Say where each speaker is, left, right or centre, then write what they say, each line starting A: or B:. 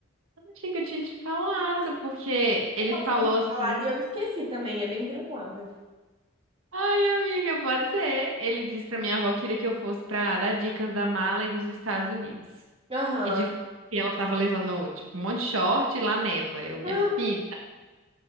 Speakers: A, on the right; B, on the right.
A: Eu Achei que eu tinha te falado, porque ele
B: Pode
A: falou
B: ter
A: assim:
B: falado e eu esqueci também, é bem provável.
A: Ai, amiga, pode ser. Ele disse pra minha avó que queria que eu fosse pra dar dicas da mala e dos Estados Unidos.
B: Aham.
A: E de e ela tava levando, tipo, um monte de short e lá neva. Eu, minha
B: <laughs>
A: filha.